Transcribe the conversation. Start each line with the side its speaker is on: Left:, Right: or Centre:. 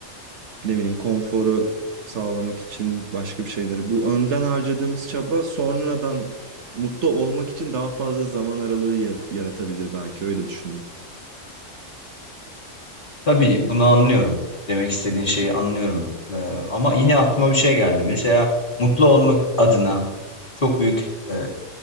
Right: ne bileyim konforu sağlamak için başka bir şeyleri. Bu önden harcadığımız çaba sonradan mutlu olmak için daha fazla zaman aralığı yar- yaratabilir belki öyle düşündüm.
Left: Tabii bunu anlıyorum. Demek istediğin şeyi anlıyorum. Ee, ama yine aklıma bir şey geldi. Mesela mutlu olmak adına çok büyük e,